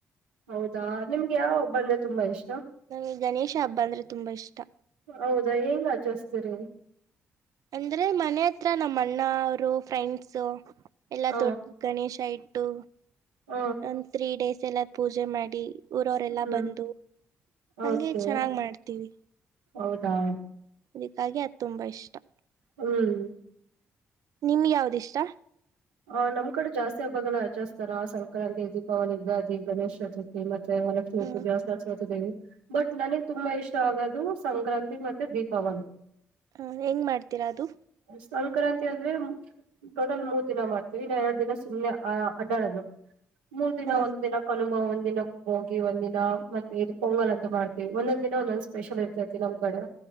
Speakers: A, on the right; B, on the right.
A: ಹೌದಾ ನಿಮ್ಗೆ ಯಾವ ಹಬ್ಬ ಅಂದ್ರೆ ತುಂಬಾ ಇಷ್ಟಾ?
B: ನನಿಗ್ ಗಣೇಶ ಹಬ್ಬ ಅಂದ್ರೆ ತುಂಬಾ ಇಷ್ಟ.
A: ಹೌದಾ ಹೆಂಗ ಆಚಾರ್ಸ್ತಿರಿ?
B: ಅಂದ್ರೆ ಮನೆ ಹತ್ರ ನಮ್ಮ ಅಣ್ಣ ಅವರು ಫ್ರೆಂಡ್ಸು ಎಲ್ಲಾ
A: ಹ
B: ದೊಡ್ಡ ಗಣೇಶ ಇಟ್ಟು
A: ಹ
B: ಒಂದ್ ತ್ರೀ ಡೇಸ್ ಎಲ್ಲ ಪೂಜೆ ಮಾಡಿ ಊರವರೆಲ್ಲ
A: ಹ್ಮ್
B: ಬಂದು ಹಂಗೆ
A: ಓಕೆ
B: ಚೆನ್ನಾಗ ಮಾಡ್ತೀವಿ.
A: ಹೌದಾ.
B: ಅದಕ್ಕಾಗಿ ಅದು ತುಂಬಾ ಇಷ್ಟಾ.
A: ಹ್ಮ್
B: ನಿಮಿಗ್ ಯಾವ್ದಿಷ್ಟಾ?
A: ಹ ನಮ್ ಕಡೆ ಜಾಸ್ತಿ ಹಬ್ಬಗಳ ಆಚರಸ್ತಾರ ಸಂಕ್ರಾಂತಿ ದೀಪಾವಳಿ ಯುಗಾದಿ ಗಣೇಶ ಚತುಥಿ ಥಿ ಮತ್ತೆ ವರಲಕ್ಷ್ಮೀ
B: ಹ
A: ಪೂಜೆ ಸರಸ್ವತಿ ದೇವಿ ಬಟ್ ನನಗ್ ತುಂಬಾ ಇಷ್ಟ ಆಗೋದು ಸಂಕ್ರಾಂತಿ ಮತ್ತೆ ದೀಪಾವಳಿ.
B: ಹಾ ಹೆಂಗ್ ಮಾಡ್ತೀರಾ ಅದು?
A: ಸಂಕ್ರಾಂತಿ ಅಂದ್ರೆ ಟೋಟಲ್ ಮೂರ್ ದಿನ ಮಾಡ್ತೀವಿ ಇನ್ನ ಎರಡ ದಿನ ಸುಮ್ನೆ ಅ ಅಡ್ಡಾಡೋದು ಮೂರ್ ದಿನ
B: ಹ
A: ಒಂದ ದಿನ ಕನುಮಾ ಒಂದ ದಿನ ಹೋಗಿ ಒಂದಿನ ಮತ್ತೆ ಇದು ಪೊಂಗಲ್ ಅಂತ ಮಾಡ್ತೀವಿ ಒಂದೊಂದ ದಿನ ಒಂದೊಂದ್ ಸ್ಪೆಷಲ್ ಇರ್ತೈತಿ ನಮ್ಮ ಕಡೆ.